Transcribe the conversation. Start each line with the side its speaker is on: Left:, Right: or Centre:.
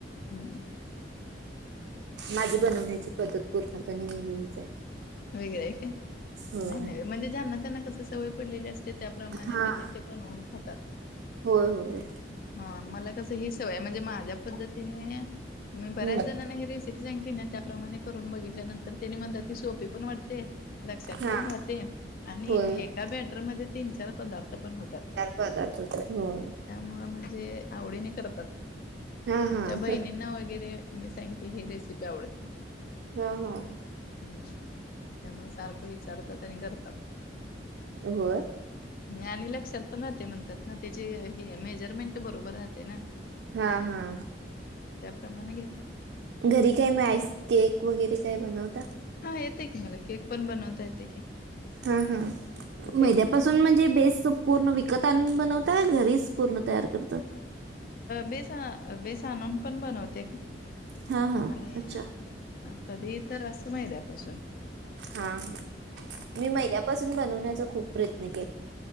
Left: हम्
Right: माझी बनवण्याची पद्धत पूर्णपणे वेगळीच आहे.
Left: वेगळं आहे काय
Right: होय.
Left: नाही-नाही म्हणजे ज्यांना त्यांना कस सवय पडलेली असते. ते त्याप्रमाणे
Right: हां.
Left: त्याने ते बनवून खातात.
Right: होय, होय.
Left: हा मला कसं ही सवय म्हणजे माझ्या पद्धतीने मी बऱ्याच
Right: हं.
Left: जणांना ही रेसिपी सांगितली ना त्याप्रमाणे करून बघितल्यानंतर त्या म्हणतात ही सोपी पण वाटते. लक्षात
Right: हां.
Left: पण राहते आणि
Right: होय, होय.
Left: एका बॅटरमध्ये तीन चार पदार्थ पण होतात.
Right: पदार्थ होतात. होय.
Left: त्यामुळे म म्हणजे आवडीने करतात.
Right: हां,
Left: आमच्या
Right: हां.
Left: बहिणीनां वगैरे मीच सांगितली ही रेसिपी आवडते.
Right: हा-हा
Left: हम्म त्यामुळे सारखी विचारतात आणि करतात
Right: होय.
Left: आणि लक्षात पण राहते म्हणतात. ना त्याची हे मेजरमेंट बरोबर राहते ना,
Right: हा-हा
Left: प्रमाणे घेतात.
Right: घरी काय मी आईस केक वगैरे काय बनवता.
Left: हा येते की मला केक पण बनवता येते की,
Right: हा-हा
Left: येते
Right: मैद्यापासून म्हणजे बेस, पूर्ण विकत आनून बनवत घरीच पूर्ण तयार करत.
Left: बेस बेसाणून पण बनवते का.
Right: हा हा
Left: आणि
Right: अच्छा
Left: कधी तर असं माहिद्यापासून
Right: हा हा मी मैद्यापासून बनवण्याचा खूप प्रयत्न के